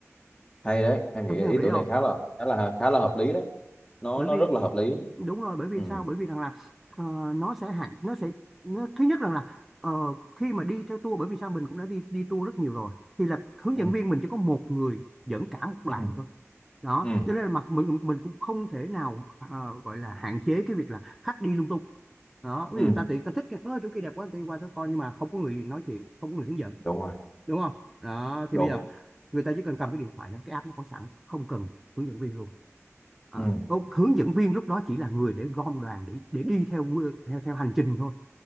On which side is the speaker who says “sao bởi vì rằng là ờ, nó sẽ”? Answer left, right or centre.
Centre